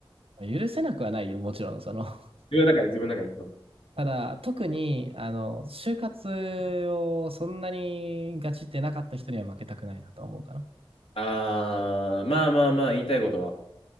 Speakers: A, on the right; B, on the left.
A: 許せなくはないよ、もちろん、その。<laughs>
B: 自分の中で、自分の中で。そう
A: ただ、特に、あの、就活をそんなにガチってなかった人には負けたくないなと思うかな。だか
B: ああ、まあまあまあ、言いたいことは、